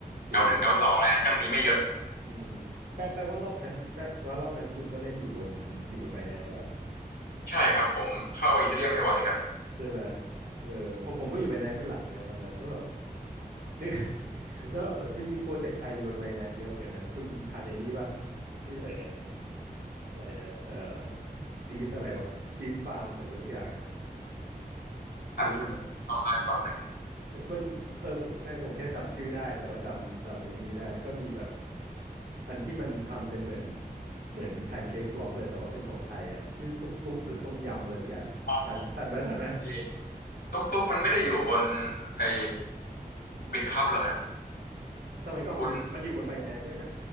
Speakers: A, on the right; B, on the left.
A: จริง
B: L1 L2 อลสองอะไรนั้นยังมีไม่เยอะ
A: อืมแปลแปลว่ารอบนั้นแปลว่ารอบนั้นคุณก็เล่นอยู่บนอยู่บน Binance ป่ะครับ
B: ใช่ครับผมเข้าอีเธเรียมไม่ไหวครับ
A: ใช่ไหมเออผมผมก็อยู่ไบแนนซ์เป็นหลักเหมือนกันตอนนั้นแล้วแบบ <tsk> <laughs> นึก <laughs> แล้วแบบมันมีโปรเจกต์ไทยอยู่บนไบแนนซ์เยอะเหมือนกันนะคุณทันในนี้ป่ะชื่ออะไรนะอะไรนะเออซีดอะไรวะซีดฟาร์มหรืออะไรสักอย่างอ่ะเคยได้ยินไหม
B: อันครับผมเล่าให้ฟังหน่อย
A: มันเออผมไม่ผมแค่จำชื่อได้แต่ว่าจำจำไอ้นี่ไม่ได้แล้วก็มีแบบอันที่มันทำเป็นเหมือนเหมือนแพนเค้กสวอปเลยแต่ว่าเป็นของไทยอ่ะชื่อตุ๊กตุ๊กหรือต้มยำอะไรสักอย่างทันทันไหมทันไหม
B: อ๋อไอ้ตุ๊กตุ๊กมันไม่ได้อยู่บนไอ้บิตคัพเหรอฮะ
A: สมัยก่อนมันอยู่มันอยู่บนไบแนนด้วยนะ
B: คุณคุณ